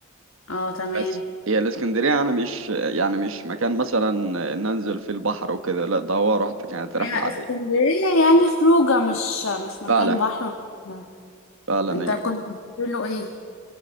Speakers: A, on the left; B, on the right.
A: اه تمام
B: بس هي الاسكندرية أنا مش يعني مش مكان مثلا إن أنزل فيه البحر وكده لا ده هو رحت كانت رحلة
A: هي
B: عادية
A: اسكندرية يعني خروجة مش مش مكان
B: فعلا
A: بحر وكده.
B: فعلا
A: انت
B: أيوة
A: كنت بتقول له ايه